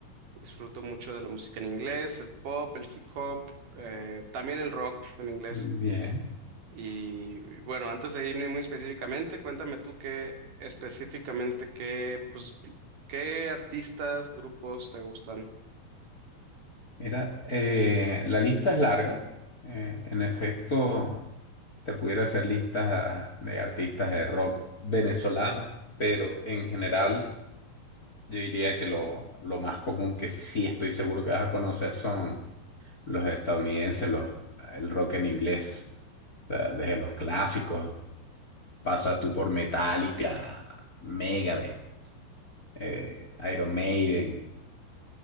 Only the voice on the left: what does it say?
Bien.
Mira, eh, la lista es larga. Eh, en efecto, te pudiera hacer listas de artistas de rock venezolanos, pero en general Yo diría que lo, lo más común que sí estoy seguro que vas a conocer son los estadounidenses, los, el rock en inglés. O sea, desde los clásicos, pasa tú por Metallica, Megadeth, eh, Iron Maiden.